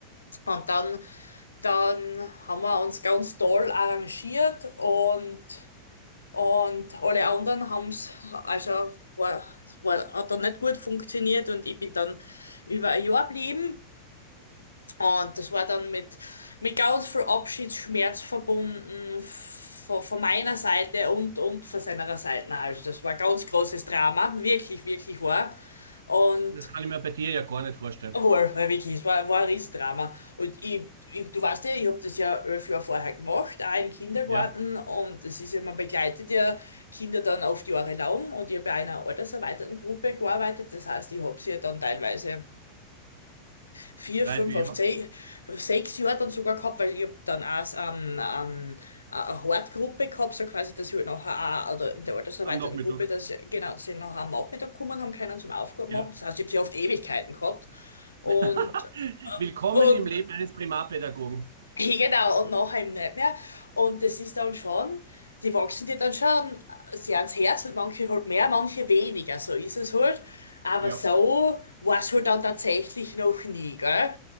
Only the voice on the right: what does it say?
Das kann ich mir bei dir ja gar nicht vorstellen.
Ja,
reife
ja.
Am Nachmittag.
Ja.
<laughs> Willkommen
im Leben eines Primarpädagogen.
Ja,